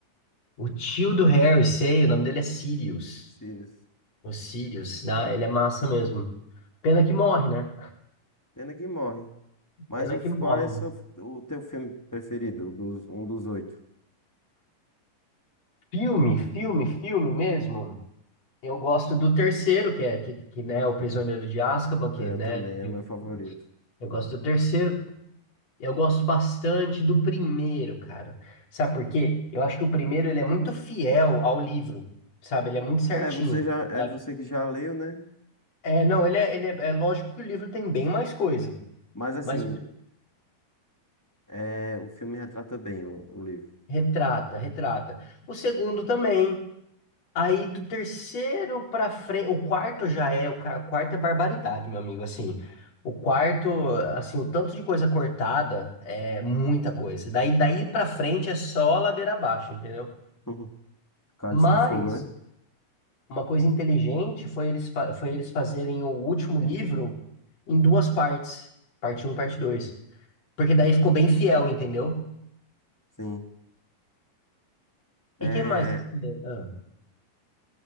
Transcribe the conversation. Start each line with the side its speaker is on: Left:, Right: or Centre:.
Left: O tio do Harry, sei, o nome dele é Sirius.
Centre: Sirius.
Left: O Sirius, né? Ele é massa mesmo. Pena que morre, né?
Centre: Pena que morre. Mas
Left: Pena
Centre: o,
Left: que morre.
Centre: qual é seu, o teu filme preferido? Dos, um dos oito.
Left: Filme, filme, filme mesmo. Eu gosto do terceiro, que é que, que né, o Prisioneiro de Azkaban, que
Centre: É,
Left: né,
Centre: eu também, é
Left: eu,
Centre: o meu favorito.
Left: eu gosto do terceiro. Eu gosto bastante do primeiro, cara. Sabe por quê? Eu acho que o primeiro ele é muito fiel ao livro, sabe? Ele é muito certinho.
Centre: É, você já, é
Left: sabe?
Centre: você que já leu, né?
Left: É, não, ele é, ele é, é lógico que o livro tem bem mais coisa,
Centre: Mas assim,
Left: mas
Centre: é, o filme retrata bem o, o livro.
Left: retrata, retrata. O segundo também, Aí do terceiro pra frente, o quarto já é, o ca- quarto é barbaridade, meu amigo, assim. O quarto, assim, o tanto de coisa cortada é muita coisa. Daí daí para frente é só ladeira abaixo, entendeu?
Centre: Uhum. Cálice
Left: Mas
Centre: de Fogo, né?
Left: uma coisa inteligente foi eles fa- foi eles fazerem o último livro em duas partes, parte um, parte 2, porque daí ficou bem fiel, entendeu?
Centre: Sim. É,
Left: E que mais? vocês fizeram? Ah,